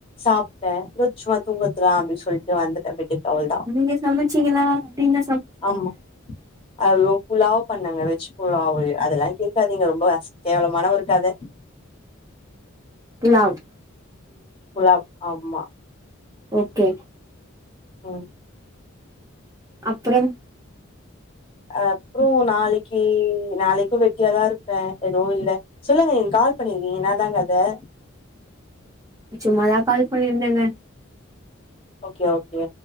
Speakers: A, on the left (about 25°); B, on the right (about 15°).
A: சாப்பிட்டேன் ஏதோ சும்மா தூங்குறதுதான் அப்டின்னு சொல்லிட்டு வந்துட்டேன் பெட்டுக்கு அவ்ளதா
B: நீங்க சமைச்சீங்களா அப்டின
A: ஆமா ஐயோ புலாவ் பண்ணங்க வெஜ் புலாவ் அதெல்லாம் கேட்காதீங்க ரொம்ப அ கேவலமான ஒரு கதை
B: தவ்
A: குலப் ஆமா
B: ஓகே
A: உஹம்
B: அப்புறம்
A: அப்றோம் நாளைக்கு நாளைக்கும் வெட்டியாதான் இருப்பேன் எதுவும் இல்ல சொல்லுங்க நீங்க கால் பண்ணிருக்கீங்க என்னாதாங்க கதை
B: சும்மாதான் கால் பண்ணியிருந்தேங்க
A: ஓகே ஓகே